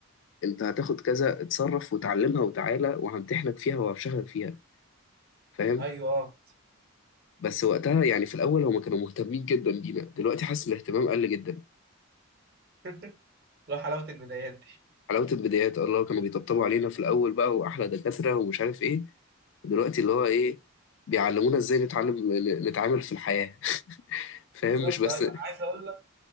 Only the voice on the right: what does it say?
ايوه اه
<laughs> لا حلاوة البدايات دي
بالظبط
ايوه انا عايز اقول لك